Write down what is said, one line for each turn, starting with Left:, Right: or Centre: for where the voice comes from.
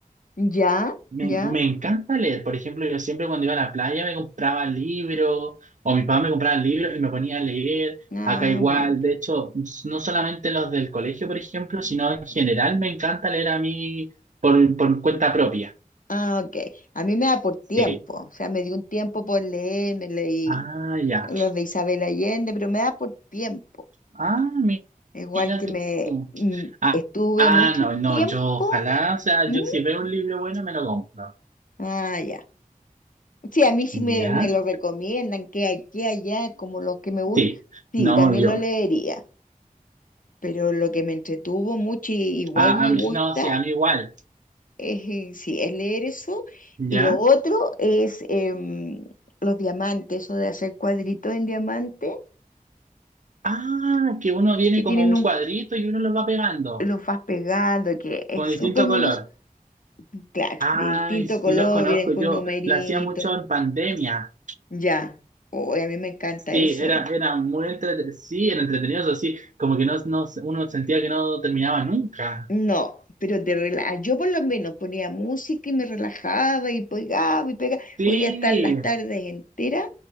Left: ¿Ya?
Right: me,
Left: ¿Ya?
Right: me encanta leer. Por ejemplo, yo siempre cuando iba a la playa me compraba libros o mi papá me compraba libros y me ponía a leer.
Left: Ah,
Right: Acá igual,
Left: bueno.
Right: de hecho, s- no solamente los del colegio, por ejemplo, sino en general me encanta leer a mí por, por cuenta propia.
Left: Ah, ok. A mí me da por tiempo,
Right: Sí.
Left: o sea, me dio un tiempo por leer, me leí
Right: Ah, ya.
Left: los de Isabel Allende, pero me da por tiempo.
Right: Ah, mi-
Left: Igual
Right: mira
Left: que me
Right: tú.
Left: mm,
Right: Ah,
Left: estuve
Right: ah,
Left: mucho
Right: no, no,
Left: tiempo.
Right: yo ojalá, o sea,
Left: ¿Mm?
Right: yo si veo un libro bueno me lo compro.
Left: Ah, ya. Sí, a mí sí
Right: ¿Ya?
Left: me, me lo recomiendan, que aquí, allá, como los que me gustan.
Right: Sí.
Left: Sí,
Right: No,
Left: también
Right: yo.
Left: lo leería. Pero lo que me entretuvo mucho y igual
Right: Ah,
Left: me
Right: a mí-
Left: gusta
Right: no, sí, a mí igual.
Left: es, eh, sí, es leer eso.
Right: ¿Ya?
Left: Y lo otro es em, los diamantes, eso de hacer cuadritos en diamante,
Right: Ah, que uno viene
Left: que tienen
Right: como un
Left: un,
Right: cuadrito y uno los va pegando
Left: los vas pegando, que es
Right: con distinto
Left: súper minus,
Right: color.
Left: claro,
Right: Ay,
Left: de distinto
Right: sí
Left: color,
Right: los conozco,
Left: vienen con
Right: yo
Left: numeritos.
Right: lo hacía mucho en pandemia.
Left: Ya, hoy a mí me encanta
Right: Sí,
Left: eso.
Right: era, era muy entretenido, sí, era entretenido, eso sí, como que no, no- uno sentía que no terminaba nunca.
Left: No, pero de rela- yo por lo menos ponía música y me relajaba y pegaba y pegaba,
Right: Sí,
Left: podía estar las tardes enteras